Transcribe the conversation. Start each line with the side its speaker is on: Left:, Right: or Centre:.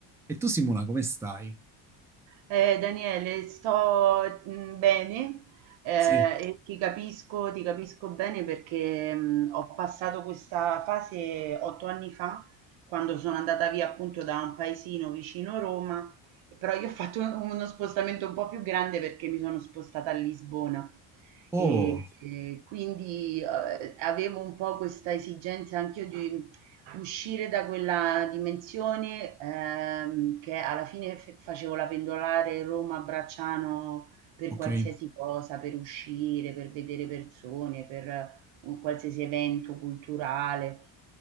Centre: E tu Simona, come stai?
Right: Eh, Daniele, sto mh, bene, eh,
Centre: Sì.
Right: e ti capisco, ti capisco bene perché mh, ho passato questa fase otto anni fa, quando sono andata via appunto da un paesino vicino Roma, però io ho fatto un- uno spostamento un po' più grande perché mi sono spostata a Lisbona.
Centre: Oh,
Right: E, e quindi eh, avevo un po' questa esigenza anch'io di Uscire da quella dimensione, ehm, che alla fine f facevo la pendolare Roma-Bracciano per
Centre: ok.
Right: qualsiasi cosa, per uscire, per vedere persone, per eh, un qualsiasi evento culturale.